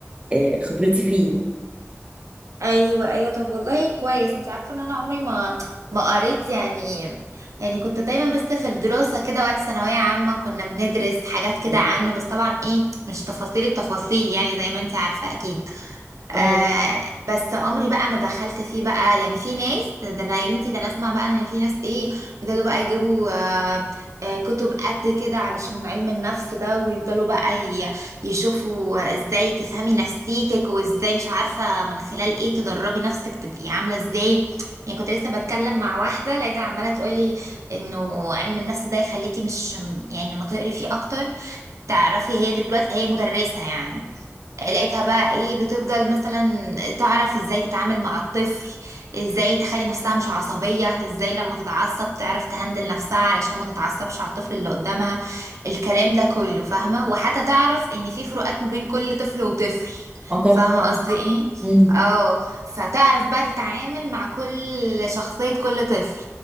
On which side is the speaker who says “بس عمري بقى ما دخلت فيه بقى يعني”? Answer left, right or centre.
Right